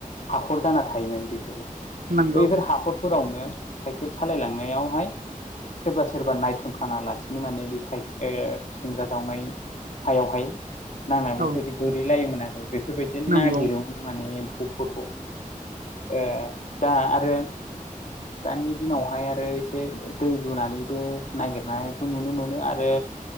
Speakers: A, on the left; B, on the right.
A: हाखर जाना थायोमोन बेफोरो
B: नंगौ
A: बैफोर हाखर फोरावनो साइकेल सालायलांनायावहाय सोरबा सोरबा नायसन फाङालासिनो माने बे साइ ओ खुसिंग्रा जावनाय हायावहाय नांनाय बेफोरबायदि
B: औ
A: गोलैलायोमोन आरो बेफोरबायदिनो
B: नंगौ
A: नागिरोमोन माने एम्फौफोरखौ। ओ दा आरो दानि दिनावहाय आरो इसे दै लुनानैबो नागिर नायखौ नुनो मोनो आरो